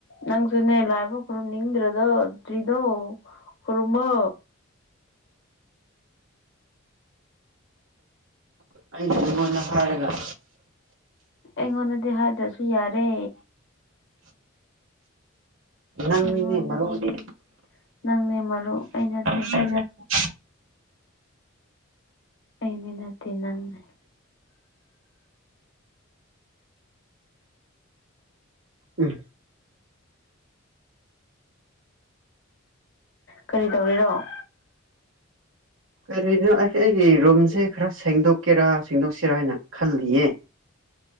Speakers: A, on the left; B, on the right.
A: ꯅꯪꯁꯨꯨꯅꯦ ꯂꯥꯏꯕꯧ ꯈꯣꯏꯔꯝꯈꯣꯏꯔꯝꯅꯤꯡꯗ꯭ꯔꯤꯗꯣ ꯗꯔꯤꯗꯨꯣ ꯈꯨꯔꯝꯃꯣ
B: ꯑꯩꯗꯤꯅꯪꯉꯣꯟꯗ ꯍꯥꯏꯔꯔꯣꯏ
A: ꯑꯩꯉꯣꯟꯗꯗꯤ ꯍꯥꯏꯗ꯭ꯔꯁꯨ ꯌꯥꯔꯦ
B: ꯅꯪꯅꯤꯅꯦ
A: ꯅꯪꯉꯣꯟꯗꯅꯦ
B: ꯃꯔꯨꯗꯤ
A: ꯅꯪꯅꯦ ꯃꯔꯨ ꯑꯩ ꯅꯠꯇꯦ
B: <unintelligible>
A: ꯑꯩꯅ ꯅꯠꯇꯦ ꯅꯪꯅꯦ
B: ꯎꯝ
A: ꯀꯔꯤ ꯇꯧꯔꯤꯔꯣ
B: ꯀꯔꯤꯅꯣ ꯑꯁ ꯑꯩꯒꯤ ꯔꯨꯝꯁꯦ ꯈꯔ ꯁꯦꯡꯗꯣꯛꯀꯦꯔꯥ ꯁꯦꯡꯗꯣꯛꯁꯤꯔꯥ ꯍꯥꯏꯅ ꯈꯜꯂꯤꯌꯦ